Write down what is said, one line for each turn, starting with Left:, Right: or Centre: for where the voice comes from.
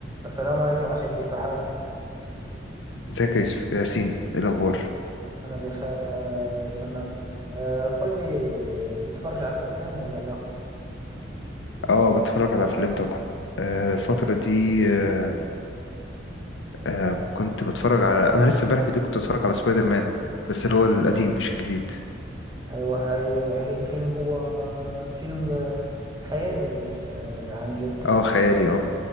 Right: السلام عليكم أخي كيف حالك؟
Left: ازيك يا يوسف ياسين ايه الاخبار
Right: أنا بخير آه، تمام آه، قل لي بتفرج على الأفلام ولا لا؟
Left: اه بتفرج على افلام طبعا آه، الفتره دي آه، آه، كنت بتفرج على انا لسه امبارح بالليل كنت بتفرج على سبايدر مان بس اللي هو القديم مش الجديد
Right: أيوة هي, هي الفيلم هو فيلم آه، خيالي آه، عن جد هو
Left: اه خيالي اه